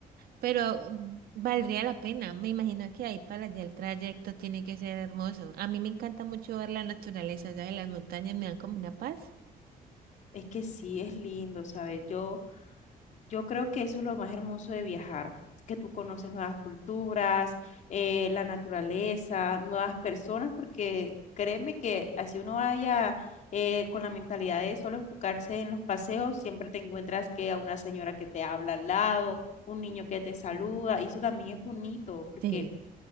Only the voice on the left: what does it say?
Es que sí, es lindo, ¿sabes? Yo Yo creo que eso es lo más hermoso de viajar, que tú conoces nuevas culturas, eh, la naturaleza, nuevas personas, porque créeme que así uno vaya eh, con la mentalidad de solo enfocarse en los paseos, siempre te encuentras que a una señora que te habla al lado, un niño que te saluda, y eso también es bonito, porque